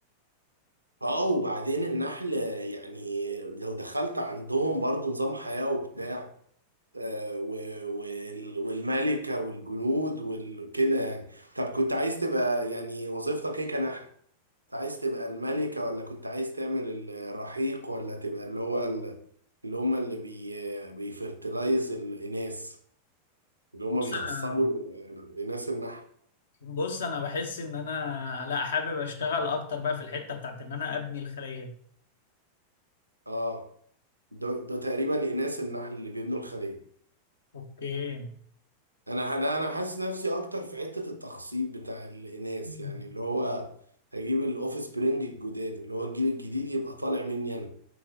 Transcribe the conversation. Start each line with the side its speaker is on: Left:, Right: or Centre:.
Right: اه وبعدين النحل يعني لو دخلت عندهم برضو نظام حياة وبتاع آه، و- وال- والملكة والجنود وكده يعني طب كنت عايز تبقى يعني وظيفتك ايه كنحل؟ كنت عايز تبقى الملكة ولا كنت عايز تعمل الرحيق ولا تبقى اللي هو ال- اللي هم اللي بي بيفرتلايز الإناث اللي هم
Left: بص
Right: بيخصبوا
Left: انا
Right: ال- الإناث النحل
Left: بص انا بحس ان انا لا حابب اشتغل اكتر بقى في الحته بتاعت ان انا ابني الخليه
Right: اه ده, ده تقريبا إناث النحل اللي بيبنوا الخلية
Left: اوكي
Right: انا لا انا حاسس نفسي اكتر في حته التخصيب بتاع الاناث
Left: مم.
Right: يعني اللي هو هجيب الاوف سبرينج الجداد اللي هو الجيل الجديد يبقى طالع مني انا